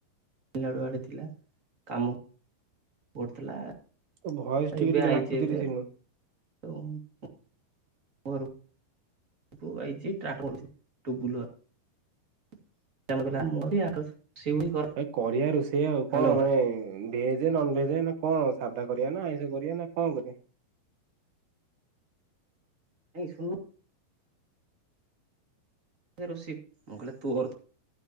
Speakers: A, on the right; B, on the right.
A: ମିଲନାଡୁ ଆଡେ ଥିଲା କାମ କରୁଥିଲା।
B: ଭଏସ
A: ଏବେ
B: ଟିକେ ଟିକେ
A: ଆଇଛି
B: ଲାଗୁଛିି
A: ଏବେ
B: ରେ ସିନୁ।
A: <unintelligible> <unintelligible> <unintelligible>
B: ଏ କରିବା ରୋଷେଇ ଆଉ
A: ହ୍ୟାଲୋ
B: କଣ ମାନେ। ଭେଜ ନନ ଭେଜ ନା କଣ ସାଧା କରିବା ନା ଆଇଁଷ କରିବା ନା କଣ କରିବା?
A: ନାଇଁ ଶୁ <unintelligible>